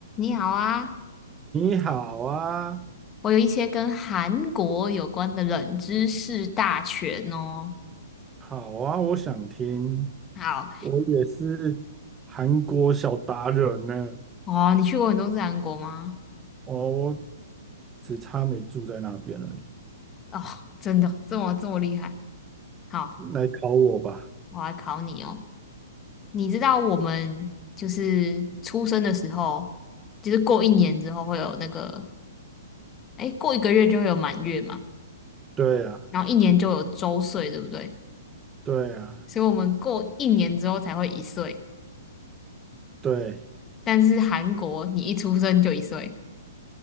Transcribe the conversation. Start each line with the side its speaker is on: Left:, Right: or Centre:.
Left: 你好啊，
Right: 你好啊，
Left: 我有一些跟韩国有关的冷知识大全哦。
Right: 好啊，我想听。
Left: 好
Right: 我也是韩国小达人呢，
Left: 哦，你去过很多次韩国吗？
Right: 哦，我只差没住在那边而已。
Left: 哦，真的这么这么厉害？好，
Right: 来考我吧。
Left: 我来考你哦。你知道我们就是出生的时候，就是过一年之后会有那个，哎，过一个月就会有满月嘛，
Right: 对啊，
Left: 然后一年就有周岁，对不对？
Right: 对啊，
Left: 所以我们过一年之后才会一岁，
Right: 对，
Left: 但是韩国你一出生就一岁。